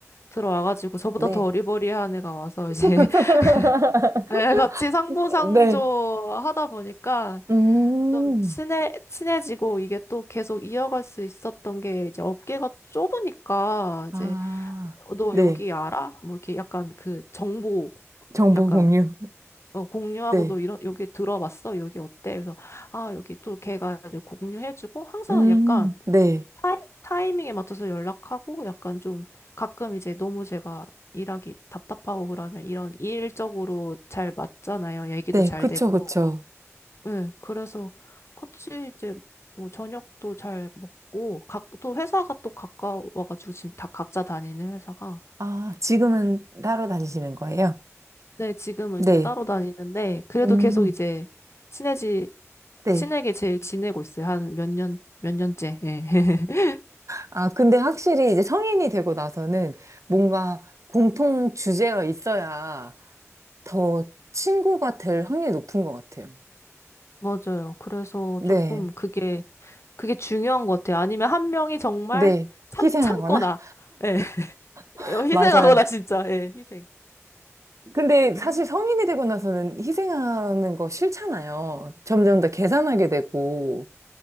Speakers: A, on the left (about 60°); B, on the right (about 75°).
A: 들어와가지고 저보다
B: 네.
A: 더 어리버리한 애가 와서 이제
B: <laughs>
A: <laughs> 예, 같이 상부상조
B: 네.
A: 하다 보니까
B: 음,
A: 좀 친해, 친해지고 이게 또 계속 이어갈 수 있었던 게 이제 업계가 좁으니까 이제
B: 아,
A: 어, 너
B: 네.
A: 여기 알아? 뭐 이렇게 약간 그 정보
B: 정보
A: 약간
B: 공유.
A: 어, 공유하고
B: 네.
A: 너 이런 여기 들어봤어? 여기 어때? 그래서 아 여기 또 걔가 이제 공유해주고 항상
B: 음,
A: 약간
B: 네.
A: 타이, 타이밍에 맞춰서 연락하고 약간 좀 가끔 이제 너무 제가 일하기 답답하고 그러면 이런 일적으로 잘 맞잖아요. 얘기도
B: 네.
A: 잘
B: 그쵸,
A: 되고.
B: 그쵸.
A: 네, 그래서 같이 이제 뭐 저녁도 잘 먹고 각 또 회사가 또 가까워가지고 지금 다 각자 다니는 회사가
B: 아, 지금은 따로 다니시는 거예요?
A: 네 지금은
B: 네.
A: 이제 따로 다니는데 그래도
B: 음,
A: 계속 이제 친해지
B: 네.
A: 친하게 제일 지내고 있어요 한 몇 년 몇 년째 예 <laughs>
B: 아, 근데 확실히 이제 성인이 되고 나서는 뭔가 공통 주제가 있어야 더 친구가 될 확률이 높은 것 같아요.
A: 맞아요 그래서
B: 네,
A: 조금 그게 그게 중요한 것 같아요 아니면 한 명이 정말
B: 네.
A: 참
B: 희생하거나?
A: 참거나 예 <laughs>
B: <laughs>
A: 희생하거나
B: 맞아요.
A: 진짜 예 희생
B: 근데 사실
A: 아
B: 성인이 되고 나서는 희생하는 거 싫잖아요. 점점 더 계산하게 되고.